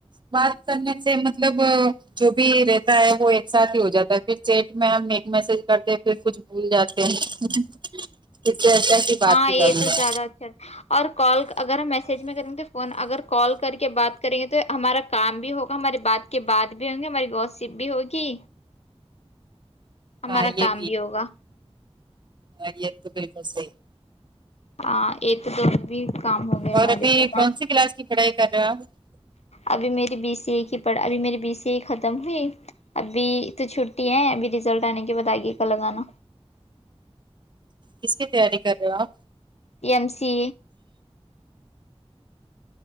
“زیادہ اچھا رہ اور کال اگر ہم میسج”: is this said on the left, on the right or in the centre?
Left